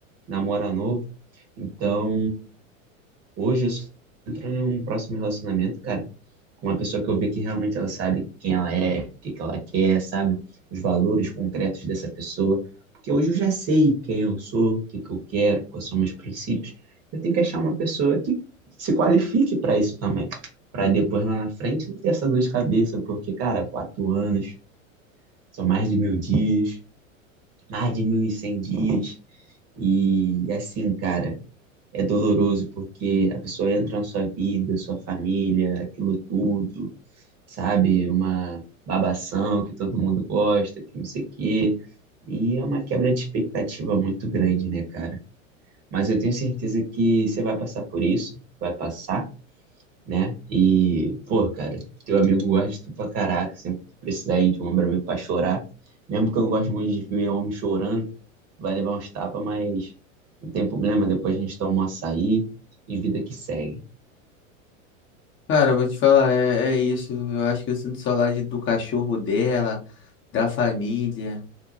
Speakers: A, on the right; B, on the left.
A: namora novo. Então, Hoje eu só entro num próximo relacionamento, cara, com uma pessoa que eu ver que realmente ela sabe quem ela é, o que que ela quer, sabe? Os valores concretos dessa pessoa. Porque hoje eu já sei quem eu sou, o que que eu quero, quais são meus princípios. Eu tenho que achar uma pessoa que se qualifique para isso também. Para depois lá na frente não ter essa dor de cabeça, porque, cara, quatro anos, são mais de mil dias, mais de mil e cem dias. E assim, cara é doloroso porque a pessoa entra na sua vida, sua família, aquilo tudo, sabe? Uma babação que todo mundo gosta, que não sei o quê. E é uma quebra de expectativa muito grande, né, cara? Mas eu tenho certeza que você vai passar por isso, vai passar, né? E, pô, cara, teu amigo gosta de tu pra caraca, sempre que tu precisar ir de um homem pra mim pra chorar. Mesmo que eu não gosto muito de ver homem chorando, vai levar uns tapas, mas não tem problema. Depois a gente toma um açaí e vida que segue.
B: Cara, eu vou te falar, é, é isso. Eu acho que eu sinto saudade do cachorro dela, da família,